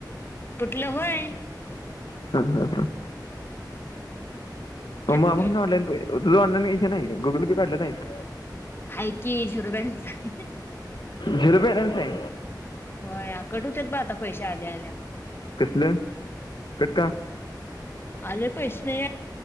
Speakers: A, on the left; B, on the left.
A: कुठलं व्हय.
B: ह ह ह म
A: तेच
B: मामाकडंन
A: की
B: ऑनलाइन पै तुझ ऑनलाईन हे नाय काय गुगल पे काढलं नाहीस.
A: हाय की झिरो बॅलन्स हाय.
B: झिरो बॅलन्स हाय.
A: होय कट हुत्यात ब आता पैश आल्या आल्या.
B: कसलं कट का
A: आले पैसे.